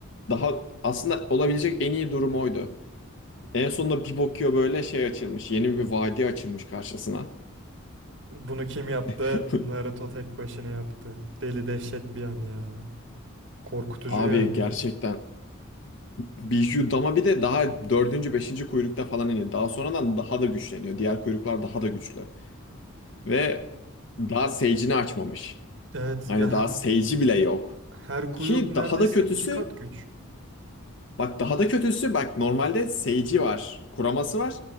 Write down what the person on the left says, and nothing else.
Daha aslında olabilecek en iyi durum oydu. En sonunda bir bakıyor böyle şey açılmış. Yeni bir vadi açılmış karşısına.
<laughs>
Abi
gerçekten Biju Dama bir de daha dördüncü, beşinci kuyrukta falan iniyor. Daha sonradan daha da güçleniyor. Diğer kuyruklar daha da güçlü. Ve daha Sage'ini açmamış.
Hani
daha
Sage'i bile yok.
Ki
daha da kötüsü,
bak daha da kötüsü, bak normalde Sage'i var, kuraması var.